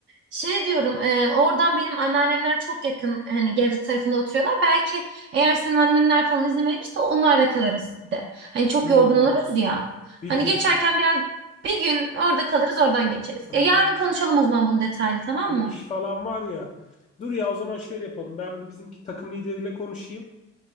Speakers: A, on the right (about 40°); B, on the left (about 25°).
A: Şey diyorum e, oradan benim anneannemler çok yakın hani Gebze tarafında oturuyorlar. Belki eğer senin annenler falan izin verirse onlarla kalırız bir de. Hani çok
B: hmm,
A: yorgun oluruz ya.
B: bir
A: Hani
B: gün
A: geçerken biraz bir gün orada kalırız oradan geçeriz.
B: ama
A: Ya yarın
B: benim,
A: konuşalım o zaman bunu detaylı tamam
B: benim
A: mı?
B: iş falan var ya. Dur ya o zaman şöyle yapalım. Ben bir bizimki takım lideriyle konuşayım.